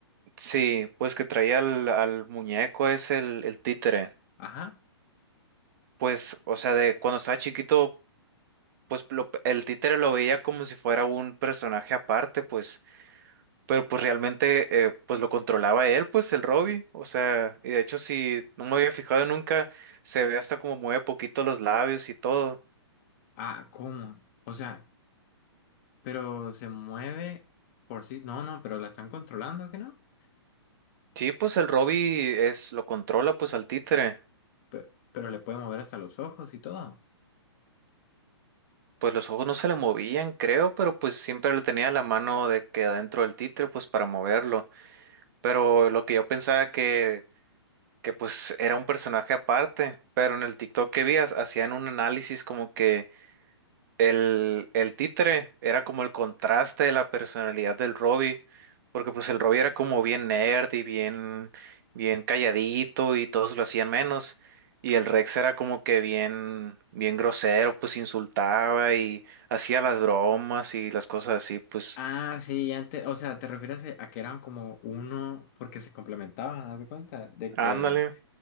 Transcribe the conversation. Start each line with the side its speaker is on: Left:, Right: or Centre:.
Right: Sí, pues que traía al, al muñeco es el, el títere.
Left: Ajá.
Right: Pues, o sea, de cuando estaba chiquito, pues lo- el títere lo veía como si fuera un personaje aparte, pues. pero pues realmente eh, pues lo controlaba él, pues el Robbie, o sea, y de hecho si no me había fijado nunca, se ve hasta como mueve poquito los labios y todo.
Left: Ah, ¿cómo? O sea, pero se mueve por sí. No, no, pero la están controlando, ¿que no?
Right: Sí, pues el Robbie es, lo controla pues al títere,
Left: Pero, pero le puede mover hasta los ojos y todo.
Right: pues los ojos no se le movían, creo, pero pues siempre le tenía la mano de que adentro del títere pues para moverlo, pero lo que yo pensaba que, que pues era un personaje aparte, pero en el TikTok que vi ha- hacían un análisis como que El, el títere era como el contraste de la personalidad del Robbie, porque pues el Robbie era como bien nerd y bien, bien calladito y todos lo hacían menos, y el Rex era como que bien, bien grosero, pues insultaba y hacía las bromas y las cosas así, pues
Left: Ah, sí, y antes, o sea, te refieres a que eran como uno porque se complementaban, haz de cuenta, de que
Right: ándale,